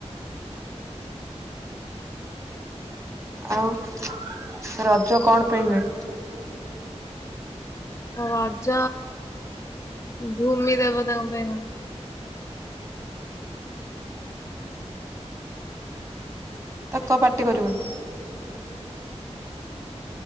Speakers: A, on the right; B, on the left.
A: ଆଉ ରଜ କଣ ପାଇଁ ହୁଏ?
B: ରଜ ଭୂମି ଦେବତାଙ୍କ ପାଇଁ ହୁଏ।
A: ତାକୁ କହ ପାଟି କରିବନି।